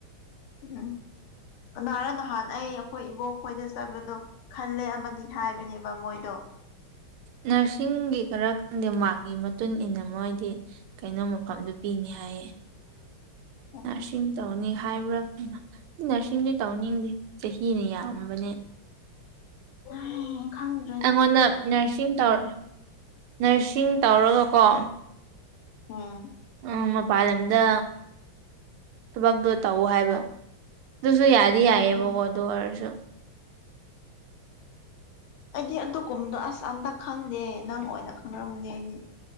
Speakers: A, on the left; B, on the right.
A: ꯎꯝ ꯀꯅꯔ ꯅꯍꯥꯟ ꯑꯩ ꯑꯩꯈꯣꯏ ꯏꯕꯣꯛ ꯈꯣꯏꯗ ꯆꯠꯄꯗꯣ ꯈꯜꯂꯦ ꯑꯃꯗꯤ ꯍꯥꯏꯕꯅꯦꯕ ꯃꯣꯏꯗꯣ
B: ꯅꯔꯁꯤꯡꯒꯤ ꯈꯔ ꯈꯪꯗꯦ ꯃꯥꯔꯛꯀꯤ ꯃꯇꯨꯡ ꯏꯟꯅ ꯃꯣꯏꯗꯤ ꯀꯩꯅꯣ ꯃꯐꯝꯗꯨ ꯄꯤꯅꯤ ꯍꯥꯏꯌꯦ
A: <inaudible>
B: ꯅꯔꯁꯤ ꯇꯧꯅꯤ ꯍꯥꯏꯕ꯭ꯔꯥ ꯀꯩꯅ ꯅꯔꯁꯤꯡꯗꯤ ꯇꯧꯅꯤꯡꯗꯦ ꯆꯍꯤꯅ ꯌꯥꯝꯕꯅꯦ
A: ꯑ ꯈꯪ
B: ꯑꯩꯉꯣꯟꯗ ꯅꯔꯁꯤꯡ ꯇꯧ ꯅꯔꯁꯤꯡ ꯇꯧꯔꯒꯀꯣ
A: ꯑꯝ
B: ꯎꯝ ꯃꯄꯥꯟꯂꯝꯗ ꯊꯕꯛꯇꯣ ꯇꯧ ꯍꯥꯏꯕ ꯑꯗꯨꯁꯨ ꯌꯥꯗꯤ ꯌꯥꯏꯑꯕꯀꯣ
A: ꯎꯝ
B: ꯑꯗꯨ ꯑꯣꯏꯔꯁꯨ
A: ꯑꯩꯗꯤ ꯑꯗꯨꯒ ꯀꯨꯝꯗꯣ ꯑꯁ ꯑꯝꯇ ꯈꯪꯗꯦ ꯅꯪ ꯑꯣꯏꯅ ꯈꯪꯔꯝꯅꯤ ꯑꯩꯗꯤ